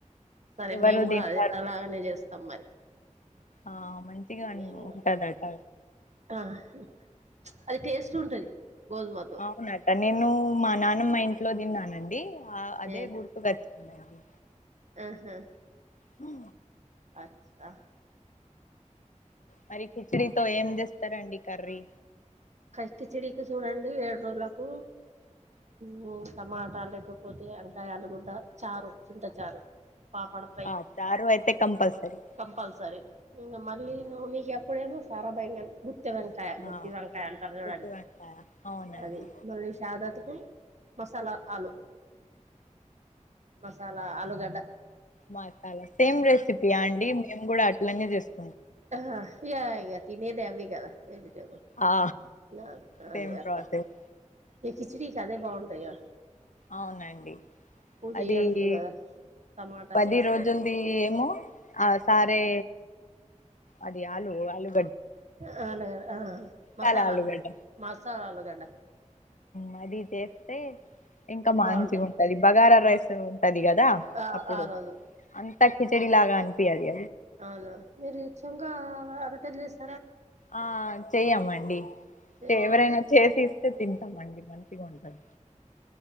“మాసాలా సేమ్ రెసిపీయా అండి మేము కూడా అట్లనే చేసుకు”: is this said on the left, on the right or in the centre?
Left